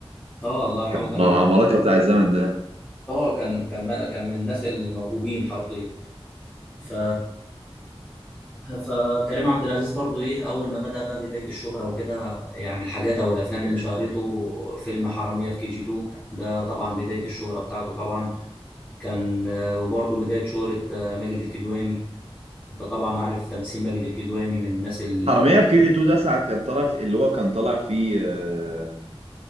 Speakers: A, on the left (about 15°); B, on the right (about 80°).
A: اه الله يرحمه
B: كان
A: كان
B: من العمالقه بتاع الزمن ده
A: اه كان كان كان من الناس الموهوبين حرفيا ف فكريم عبد العزيز برضو ايه اول ما بدأ بقى بداية الشهرة وكده يعني الحاجات او الافلام اللي شهرته فيلم حرامية في كي جي 2 ده طبعا بداية الشهرة بتاعته طبعا كان آه، وبرضو بداية شهرة آه، ماجد الكدواني انت طبعا عارف تمثيل ماجد الكدواني من الناس ال...
B: حرامية في كي جي 2 ده ساعة كان طالع في اللي هو كان طالع فيه آه،